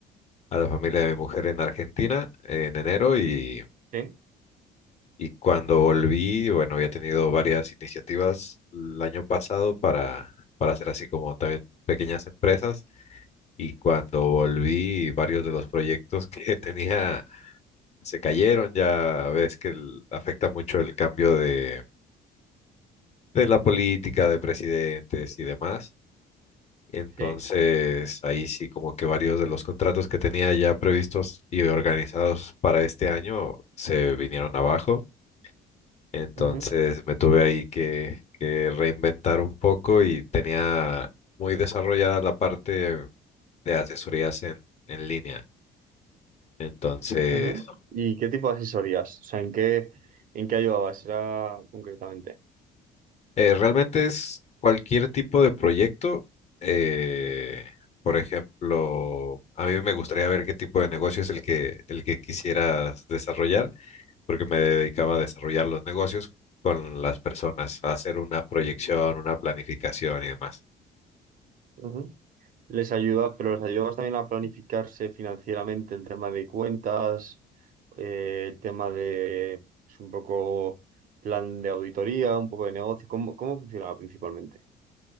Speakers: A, on the left; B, on the right.
A: a la familia de mi mujer en Argentina en enero y,
B: Sí,
A: y cuando volví, bueno, había tenido varias iniciativas el año pasado para, para hacer así como también pequeñas empresas y cuando volví, varios de los proyectos que <laughs> tenía se cayeron. Ya ves que el- afecta mucho el cambio de... de la política, de presidentes y demás. Entonces,
B: sí.
A: ahí sí como que varios de los contratos que tenía ya previstos y organizados para este año se vinieron abajo. Entonces
B: Ujú,
A: me tuve ahí que, que reinventar un poco y tenía muy desarrollada la parte de asesorías en, en línea. Entonces,
B: ujú. ¿Y qué tipo de asesorías? O sea, ¿en qué, en qué ayudabas? Era concretamente.
A: eh, realmente es cualquier tipo de proyecto. eh, por ejemplo, a mí me gustaría ver qué tipo de negocio es el que, el que quisieras desarrollar porque me dedicaba a desarrollar los negocios con las personas, a hacer una proyección, una planificación y demás.
B: Ujú. Les ayuda, pero les ayuda más también a planificarse financieramente el tema de cuentas, eh, el tema de pues, un poco plan de auditoría, un poco de negocio. ¿Cómo, cómo funcionaba principalmente?